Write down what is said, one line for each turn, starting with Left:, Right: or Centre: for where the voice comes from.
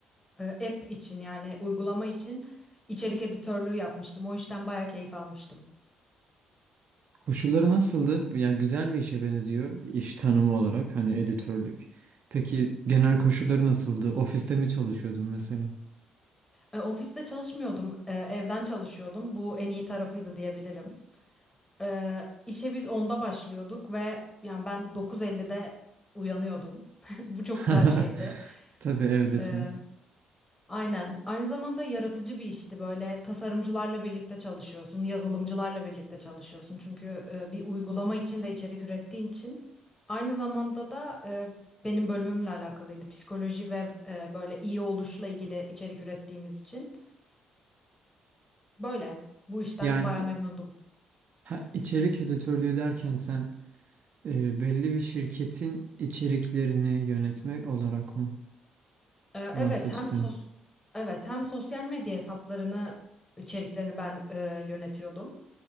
Left: e, app için yani uygulama için içerik editörlüğü yapmıştım. O işten bayağı keyif almıştım.
Right: Koşulları nasıldı? Bu- Yani güzel bir işe benziyor iş tanımı olarak hani editörlük. Peki genel koşulları nasıldı? Ofiste mi çalışıyordun mesela?
Left: E, ofiste çalışmıyordum, e, evden çalışıyordum. Bu en iyi tarafıydı diyebilirim. E, işe biz onda başlıyorduk ve yani ben 9.50'de uyanıyordum. <laughs> Bu çok
Right: <laughs>
Left: güzel bir şeydi.
Right: Tabii evdesin.
Left: E, Aynen. Aynı zamanda yaratıcı bir işti. Böyle tasarımcılarla birlikte çalışıyorsun, yazılımcılarla birlikte çalışıyorsun. Çünkü e, bir uygulama için de içerik ürettiğin için. Aynı zamanda da e, benim bölümümle alakalıydı. Psikoloji ve e, böyle iyi oluşla ilgili içerik ürettiğimiz için. Böyle. Bu işten
Right: Yani
Left: baya
Right: i-
Left: memnundum.
Right: ha, içerik editörlüğü derken sen e, belli bir şirketin içeriklerini yönetmek olarak mı
Left: E,
Right: bahsettin?
Left: evet, hem sos Evet, hem sosyal medya hesaplarını içeriklerini ben e, yönetiyordum.